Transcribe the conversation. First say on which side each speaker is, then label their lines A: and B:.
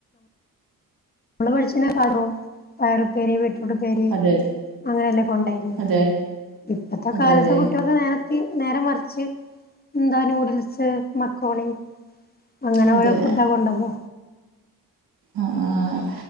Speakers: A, on the left (about 25°); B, on the right (about 80°).
A: <unintelligible> പയർ പേരിം വീട്ട <unintelligible> പേര്
B: അതെ
A: അങ്ങനെല്ലാം കൊ ണ്ടായിന്ന്
B: അതെ
A: ഇപ്പത്തെ
B: അതെ
A: കാലത്തെ
B: അതെ
A: കുട്ടികൊക്കെ നേര നേര മറിച്ച് ന്താ നൂഡിൽസ് മക്രോണി അങ്ങനെ
B: അതെ അതെ
A: ഓരോ ഫുഡ്ഡങ്ങുണ്ടാകു
B: ആ ആഹ്